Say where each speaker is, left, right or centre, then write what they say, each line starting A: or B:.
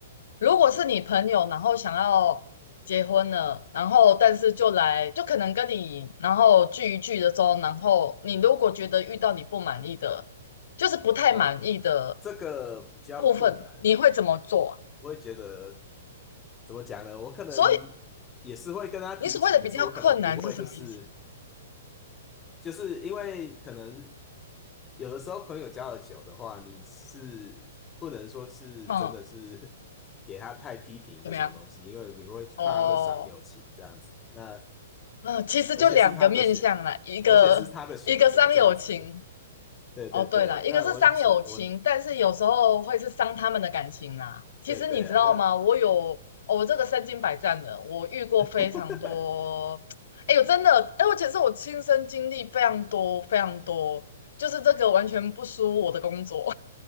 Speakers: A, on the left; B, on the left.
A: 如果是你朋友，然后想要结婚了，然后但是就来，就可能跟你然后聚一聚的时候，然后你如果觉得遇到你不满意的，就是不太满意的
B: 哦，这个比较困难，
A: 部分，你会怎么做啊？
B: 我会觉得怎么讲呢？我可能也是会跟他提起，
A: 所以你所谓的比较困难是什么意思？
B: 可是我可能不会就是。就是因为可能有的时候朋友交的久的话，你是不能说是真的是
A: 嗯，
B: <laughs> 给他太批评这种东西，
A: 怎么样？
B: 因为你会怕会伤友情这样子。
A: 哦，
B: 那
A: 嗯，其实就两个面向啦，
B: 而且是他的选，
A: 一个一个伤友情，
B: 而且是他的选择这样子。对对对，
A: 哦，对了，一个是伤友情，
B: 那我只能我
A: 但是有时候会是伤他们的感情啦。其实你知道吗？
B: 对对啊，那
A: 我有，哦我这个身经百战的，我遇过非常多。
B: <laughs>
A: 哎呦，真的，哎，而且是我亲身经历非常多非常多，就是这个完全不输我的工作，